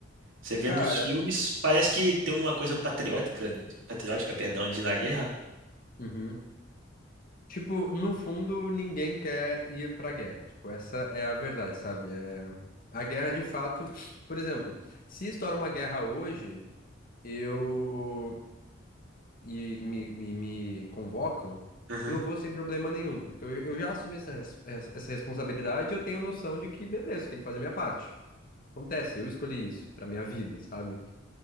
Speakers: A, on the right; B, on the left.
A: Você vê
B: Cara,
A: nos filmes, parece que tem uma coisa patriótica, patriótica, perdão, de ir na guerra.
B: Uhum. tipo, no fundo, ninguém quer ir pra guerra, tipo, essa é a verdade, sabe? É... A guerra, de fato, por exemplo, se estoura uma guerra hoje, eu e me, me, me convocam,
A: Uhum.
B: eu vou sem problema nenhum, porque eu, eu já assumi essa, res- essa essa responsabilidade e eu tenho noção de que, beleza, eu tenho que fazer minha parte. Acontece, eu escolhi isso pra minha vida, sabe?